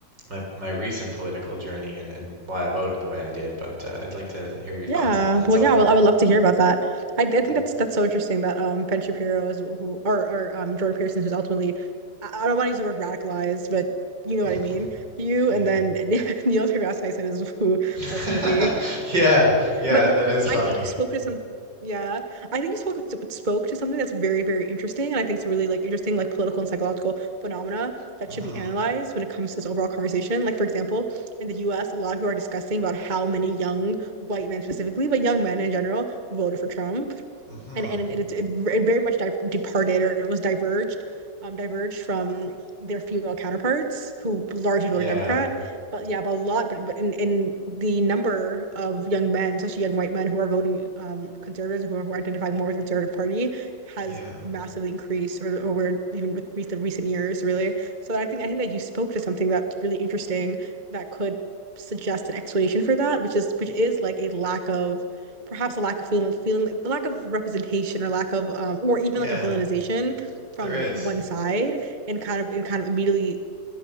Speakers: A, on the right; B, on the right.
A: my my recent political journey and, and why I voted the way I did. But uh, I'd like to hear your thoughts
B: Yeah.
A: on that
B: Well,
A: so
B: yeah.
A: far.
B: Well, I would love to hear about that. I, I think
A: Mm.
B: that's that's so interesting that um Ben Shapiro is who or or um Jordan Peterson who's ultimately I, I don't want to use the word radicalized, but you know what I mean.
A: <laughs>
B: You
A: Yeah,
B: and then <laughs> Neil deGrasse Tyson is who
A: <laughs>
B: ultimately
A: yeah,
B: out.
A: yeah.
B: But, but
A: That
B: no,
A: is funny.
B: I think you spoke to some. Yeah, I think you spoke spoke to something that's very, very interesting, and I think it's a really like interesting like political and psychological phenomena that
A: hmm
B: should be analyzed when it comes to this overall conversation. Like for example, in the U.S., a lot of people are discussing about how many young white men specifically, but young men in general, voted for Trump
A: hmm
B: and and it, it, it very much di departed or it was diverged um diverged from their female counterparts who largely
A: Yeah,
B: voted Democrat but yeah but a lot but, but in in the number of young men especially young white men who are voting um conservatives who are, who are identifying more with the conservative party has
A: yeah,
B: massively increased or over even with the recent years really so I think I think that you spoke to something that's really interesting that could suggest an explanation for that which is which is like a lack of perhaps a lack of feeling, feeling a lack of representation or lack of um or even
A: yeah.
B: like a villainization from
A: There is.
B: one side and kind of and kind of immediately